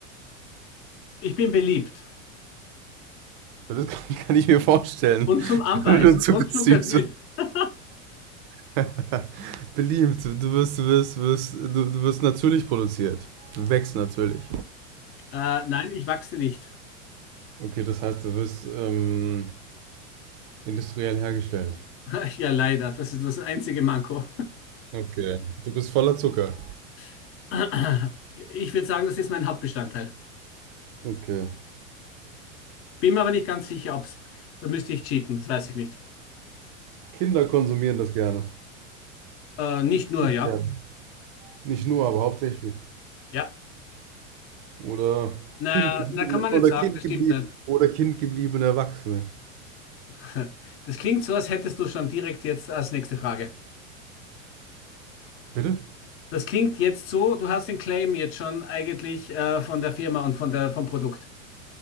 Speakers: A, on the left; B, on the right.
A: Ich bin beliebt.
B: Ja, Das <laughs> kann, kann ich mir vorstellen.
A: Und zum
B: <laughs>
A: Anbeißen.
B: Wenn du Zuckersüß.
A: Und zuckersüß. <laughs>
B: <laughs> Beliebt. Du wirst, du wirst, wirst, du, du wirst natürlich produziert. Du wächst natürlich.
A: Äh, nein, ich wachse nicht.
B: Okay, das heißt, du wirst ähm, industriell hergestellt.
A: <laughs> Ja, leider. Das ist das einzige Manko.
B: Okay. Du bist voller Zucker.
A: <laughs> <clears throat> Ich würde sagen, das ist mein Hauptbestandteil.
B: Okay.
A: Bin mir aber nicht ganz sicher, ob's. Da müsste ich cheaten, das weiß ich nicht.
B: Kinder konsumieren das gerne.
A: Äh, nicht nur,
B: Ich
A: ja.
B: gerne. Nicht nur, aber hauptsächlich.
A: Ja.
B: Oder
A: Na,
B: kindgebliebene,
A: na, kann man
B: oder
A: nicht sagen,
B: kindgebliebene,
A: das stimmt nicht.
B: oder kindgebliebene Erwachsene.
A: <laughs> Das klingt so, als hättest du schon direkt jetzt als nächste Frage.
B: Bitte?
A: Das klingt jetzt so, du hast den Claim jetzt schon eigentlich äh, von der Firma und von der, vom Produkt.